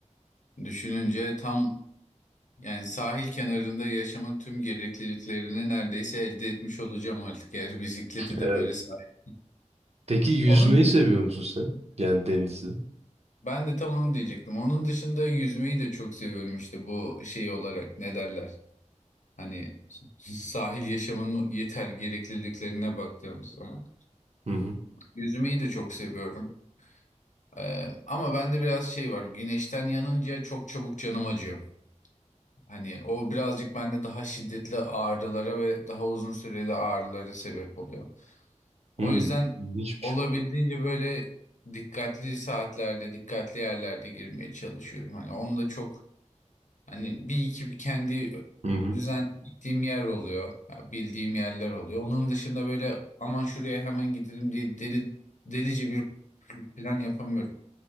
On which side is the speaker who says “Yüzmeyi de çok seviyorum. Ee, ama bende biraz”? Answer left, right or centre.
Left